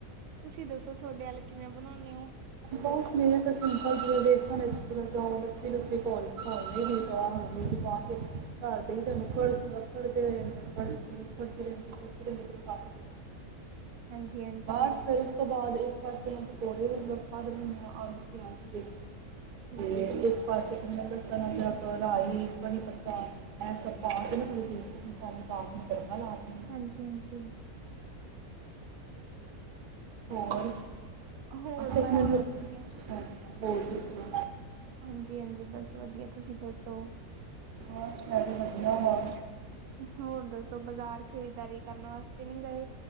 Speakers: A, on the right; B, on the right.
A: ਤੁਸੀਂ ਦੱਸੋ ਤੁਹਾਡੇ ਅਲ ਕਿਵੇਂ ਬਨੋਨੇ ਓ?
B: ਬੋਤ ਸਨੇ ਤੇ ਸਿੰਪਲਜੀ ਏ ਵੇਸਨ ਚ ਪੈਲਾ ਜਾਓ ਲਸੀ-ਲੁਸੀ ਘੋਲ, ਘੋਲ ਲਈ ਦੀ ਏ ਹੋਰ ਹਲਦੀ-ਹੁਲਦੀ ਪਾ ਕੇ ਧੱਰ ਦਈ ਦਾ ਮਕੜ ਮਕੜਦੇ ਰੈਂਦੇ ਕੜ ਕੜਦੀ ਰੈਂਦੀ। ਕੜਦੀ ਰੈਂਦੀ ਫਿਰ ਓ ਪਕ ਗਈ ਰਸ ਤੇ।
A: ਹਾਂਜੀ ਹਾਂਜੀ
B: ਬਸ ਫੇਰ ਉਸ ਤੋਂ ਬਾਦ ਇੱਕ ਪਾਸੇ ਮੈਂ ਪਕੌੜੇ ਮਲਬ ਕੱਢ ਲੈਨੀ ਆਲੂ, ਪਿਆਜ਼ ਦੇ
A: ਠੀਕ
B: ਤੇ
A: ਹੈ
B: ਇੱਕ
A: ਜੀ
B: ਇੱਕ ਪਾਸੇ ਬੰਦਾ ਲਸਨ, ਅਦਰਕ ਰਾਈ, ਕੜੀਪੱਤਾ ਐ ਸਬ ਪਾਕੇ ਨਾ ਥੋੜੇ ਬੇਸਿਕ ਮਸਾਲੇ ਪਾ ਕੇ ਓਨੂ ਤੜਕਾ ਲਾ ਦੇਨਾ।
A: ਹਾਂਜੀ-ਹਾਂਜੀ।
B: ਹੋਰ
A: ਹੋਰ
B: ਅੱਛਾ ਇੱਕ
A: ਬਸ
B: ਮਿੰਟ
A: ਵਧੀਆ।
B: ਰੁਕੋ ਅੱਛਾ ਅੱਛਾ ਹੋਰ ਦੱਸੋ?
A: ਹਾਂਜੀ-ਹਾਂਜੀ ਬਸ ਵਦੀਆ ਤੁਸੀਂ ਦੱਸੋ?
B: ਬਸ ਮੈ ਵੀ ਵਧੀਆ ਵਆ।
A: ਹੋਰ ਦੱਸੋ ਬਾਜ਼ਾਰ ਖਰੀਦਦਾਰੀ ਕਰਨ ਵਾਸਤੇ ਨੀ ਗਏ?